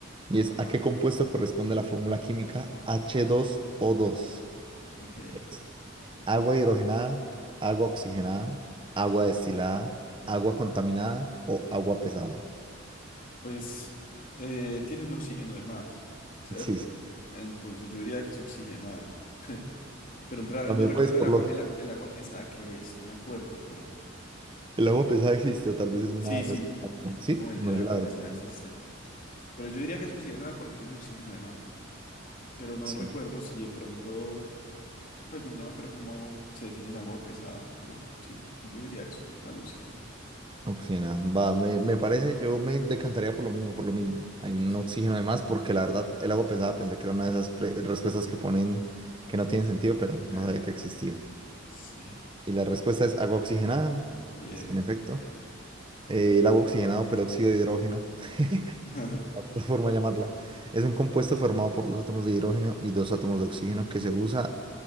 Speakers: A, on the right; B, on the left.
A: Y es,
B: Ajá,
A: ¿a qué compuesto corresponde la fórmula química h dos o dos?
B: ok.
A: Es ¿Agua hidrogenada, agua oxigenada, agua destilada, agua contaminada o agua pesada?
B: Pues eh, tiene un oxígeno de más, ¿cierto?
A: Sí, sí,
B: Entonces yo diría que es oxigenada. <laughs> Pero realmente
A: también
B: no recuerdo
A: pues por
B: el agua,
A: lógica.
B: el, a- el agua pesada que es, no me acuerdo, pero.
A: El agua pesada existe o tal vez es una
B: Sí, sí,
A: respuesta.
B: no, eh,
A: ¿Sí?
B: no, el,
A: No,
B: el agua
A: yo la verdad.
B: pesada
A: no.
B: existe. Pero yo diría que es oxigenada porque tiene un oxígeno de más. Pero no
A: Sí.
B: recuerdo si de pronto, pues no, no me acuerdo cómo se define el agua pesada, pero sí, yo diría eso, agua oxigenada.
A: Oxigena, va, me, me parece, yo me decantaría por lo mismo, por lo mismo. Hay un
B: Sí,
A: oxígeno de más porque la verdad el agua pesada pensé que era una de esas pre- respuestas que ponen que no tienen sentido, pero
B: ok.
A: no sabía que existía.
B: Sí.
A: Y la respuesta es agua oxigenada,
B: Bien.
A: en efecto. Eh, el agua oxigenada o peróxido de hidrógeno, <laughs>
B: <laughs>
A: otra forma de llamarla, es un compuesto formado por dos átomos de hidrógeno y dos átomos de oxígeno que se usa